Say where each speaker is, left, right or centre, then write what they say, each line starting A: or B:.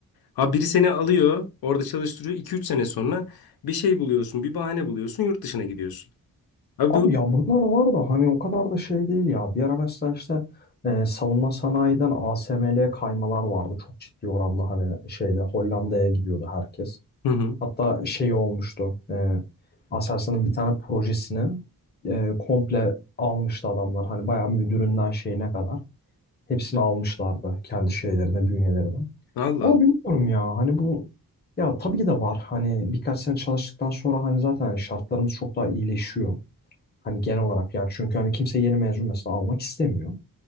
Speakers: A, on the left; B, on the left.
A: Abi biri seni alıyor, orada çalıştırıyor. 2 üç sene sonra bir şey buluyorsun, bir bahane buluyorsun, yurt dışına gidiyorsun. Abi
B: Abi
A: bu...
B: ya bunlar var da hani o kadar da şey değil ya. Bir ara mesela işte e, savunma sanayiden ASML'ye kaymalar vardı. Çok ciddi oranda hani şeyde Hollanda'ya gidiyordu herkes.
A: Hı hı.
B: Hatta şey olmuştu. E, Aselsan'ın bir tane projesini e, komple almıştı adamlar. Hani bayağı müdüründen şeyine kadar. Hepsini almışlardı kendi şeylerine, bünyelerine.
A: Allah
B: Ama
A: Allah.
B: bilmiyorum ya hani bu ya tabii ki de var. Hani birkaç sene çalıştıktan sonra hani zaten hani şartlarımız çok daha iyileşiyor. Hani genel olarak yani çünkü hani kimse yeni mezun mesela almak istemiyor.